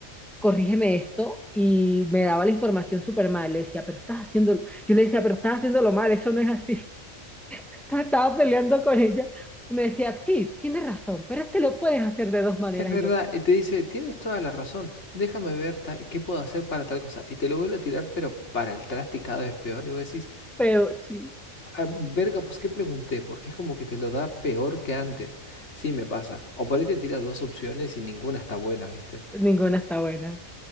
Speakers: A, in the centre; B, on the left.
A: corrígeme esto y me daba la información súper mal. Le decía, pero estás haciéndolo, yo le decía, pero estás haciéndolo mal, eso no es así. <laughs> Estaba peleando con ella y me decía, sí, tienes razón, pero es que
B: Eh,
A: lo puedes hacer de dos maneras
B: Es verdad,
A: y yo,
B: y te dice, tienes toda la razón, déjame ver ta- qué puedo hacer para tal cosa. Y te lo vuelve a tirar, pero para el traste y cada vez peor. Y vos decís,
A: pero sí,
B: "Ah, verga, pues qué pregunté, porque es como que te lo da peor que antes. Sí, me pasa. O por ahí te tira dos opciones y ninguna está buena, ¿viste?
A: ninguna está buena.